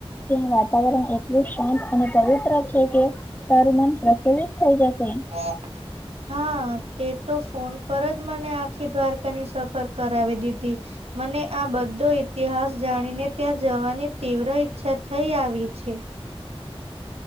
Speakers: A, on the left; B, on the right.
A: કે વાતાવરણ એટલું શાંત અને પવિત્ર છે કે. તારૂ મન પ્રફુલ્લિત થઈ જશે.
B: હા. હા તે તો ફોન પરજ મને આખી દ્વારકાની સફર કરાવી દીધી. મને આ બધો ઈતિહાસ જાણીને ત્યાં જવાની તીવ્ર ઈચ્છા થઈ આવી છે. <inaudible>